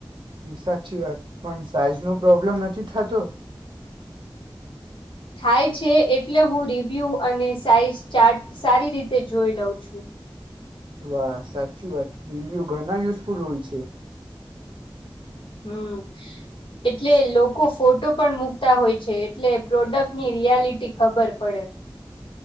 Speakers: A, on the right; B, on the left.
A: સાચી વાત પણ સાઈઝ નો પ્રોબ્લેમ નથી થતો.
B: હાય છે એટલે હું રિવ્યૂ અને સાઈઝ ચાર્ટ સારી રીતે જોઈ લઉં છું.
A: વાહ સાચી વાત રિવ્યુ ઘણા યુઝફુલ હોય છે.
B: હમ એટલે લોકો ફોટો પણ મુૂકતા હોય છે એટલે પ્રોડક્ટની રિયાલિટી ખબર પડે.